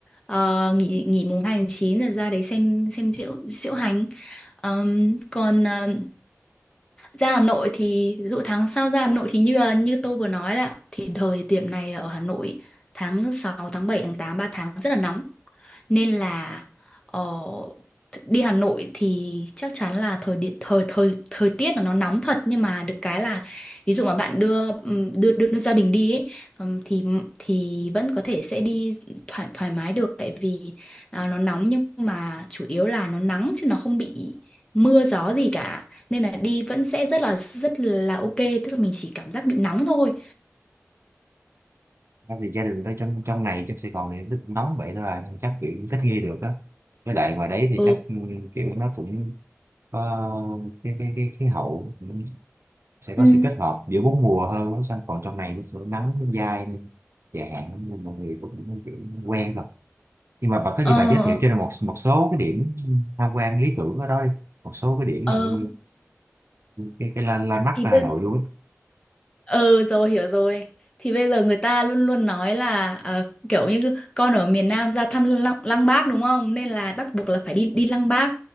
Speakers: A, on the left; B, on the right.
A: ờ, nghỉ nghỉ mùng 2 tháng 9 rồi ra đấy xem xem diễu diễu hành Ờm, còn ờm, ra Hà Nội thì ví dụ tháng sau ra Hà Nội thì như là- như tôi vừa nói là thì thời điểm này ở Hà Nội tháng sáu tháng bảy tháng tám 3 tháng rất là nóng nên là ờ, th- đi Hà Nội thì chắc chắn là thời điện thời thời thời tiết là nó nóng thật nhưng mà được cái là ví dụ mà bạn đưa ừm, đưa đưa, đưa gia đình đi ấy, ừm, thì thì vẫn có thể sẽ đi thoải thoải mái được tại vì à, nó nóng nhưng mà chủ yếu là nó nắng chứ nó không bị mưa gió gì cả nên là đi vẫn sẽ rất là rất là ok tức là mình chỉ cảm giác bị nóng thôi
B: Không vì gia đình tôi trong trong này trong Sài Gòn này nó cũng nóng vậy thôi à nên chắc kiểu cũng thích nghi được á với lại ngoài đấy thì
A: ừ
B: chắc ừ, kiểu nó cũng có cái cái cái khí hậu cũng sẽ
A: Ừ.
B: có sự kết hợp giữa bốn mùa hơn á. Xong còn trong này nó sẽ nắng nó dai nên dài hạn nên mọi người cũng kiểu quen rồi nhưng mà bà có gì
A: ờ
B: bà giới thiệu cho nên một một số cái điểm tham quan lý tưởng ở đó đi một số cái điểm
A: ờ
B: mà cái cái, cái landmark
A: thì
B: ở Hà
A: bây
B: Nội luôn á.
A: Ừ rồi hiểu rồi Thì bây giờ người ta luôn luôn nói là ờ, kiểu như con ở miền Nam ra thăm Lăng, Lăng Bác đúng không Nên là bắt buộc là phải đi đi Lăng Bác